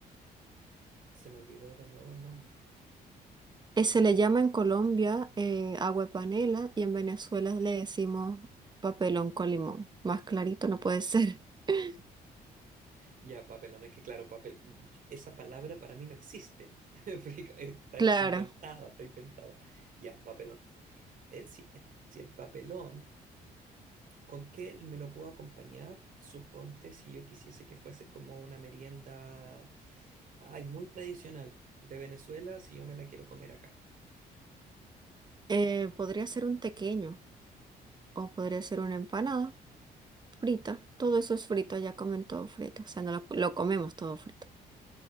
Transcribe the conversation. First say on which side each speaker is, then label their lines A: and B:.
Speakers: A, on the right (about 55°); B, on the right (about 25°).
A: se me olvidó de nuevo el nombre.
B: Eh, se le llama en Colombia eh, agua de panela y en Venezuela le decimos papelón con limón. Más
A: Ya,
B: clarito no puede ser. <laughs>
A: ya, papelón. Es que claro, papel, esa palabra para mí no existe. <laughs> Porque Está
B: Claro,
A: inventada, está inventada. Ya, papelón. eh, si, eh, si el papelón, ¿con qué me lo puedo acompañar? Suponte si yo quisiese que fuese como una merienda, ay, muy tradicional de Venezuela, si yo me la quiero comer acá.
B: eh, podría ser un tequeño o podría ser una empanada frita. Todo eso es frito, ya comen todo frito. O sea, no lo, lo comemos todo frito.